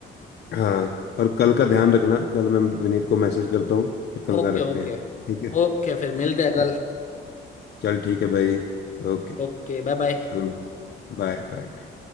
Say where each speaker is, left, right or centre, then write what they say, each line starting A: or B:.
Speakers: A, on the left; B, on the left.
A: हाँ और कल का ध्यान रखना कल मैं विनीत को मैसेज करता हूँ फिर कल
B: Okay
A: का रखते
B: okay
A: हैं ठीक है
B: ओके फिर मिलते हैं कल
A: ठीक चल ठीक है भाई ओके
B: Okay bye bye
A: कल मिलते हैं बाय बाय